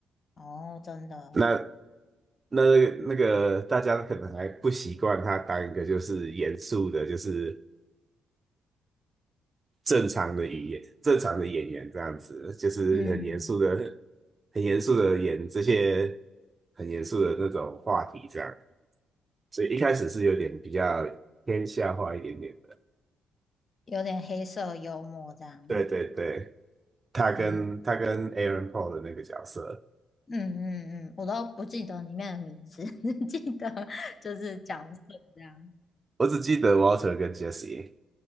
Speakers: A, on the left (about 45°); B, on the right (about 30°).
A: 哦，真的哦，
B: 那那那个大家可能还不习惯他当一个就是严肃的，就是正常的语言、正常的演员这样子，就是很严肃的、
A: 嗯，
B: 很严肃的演这些很严肃的那种话题这样。所以一开始是有点比较偏笑话一点点的。
A: 有点黑色幽默这样。
B: 对对对，他跟他跟
A: 嗯
B: Aaron Paul 的那个角色，
A: 嗯嗯嗯，我都不记得里面的名字，<laughs> 只记得就是角色这样。
B: 我只记得 Walter 跟 Jesse，